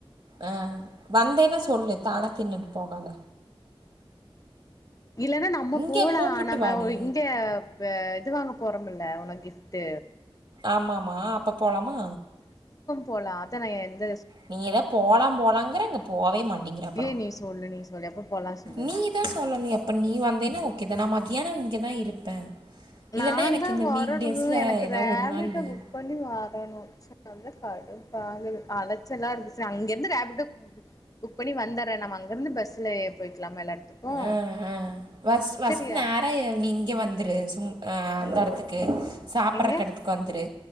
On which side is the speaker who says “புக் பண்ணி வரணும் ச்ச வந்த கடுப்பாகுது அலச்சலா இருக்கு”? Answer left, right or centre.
Left